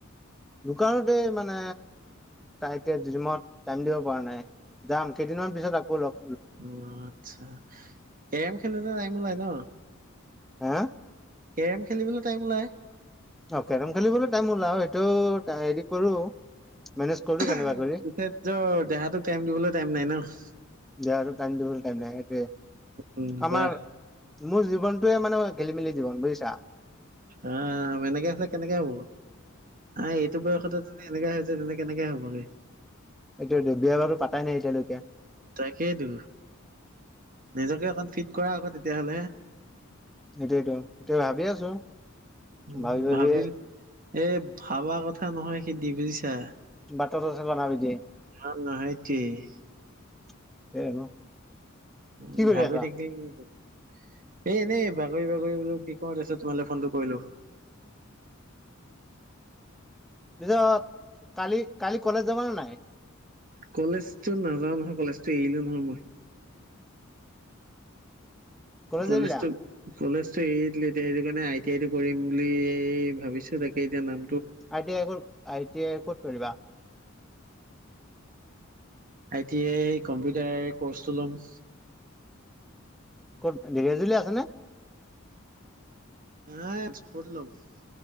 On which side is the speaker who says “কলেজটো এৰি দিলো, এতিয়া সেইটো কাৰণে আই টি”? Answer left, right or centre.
Right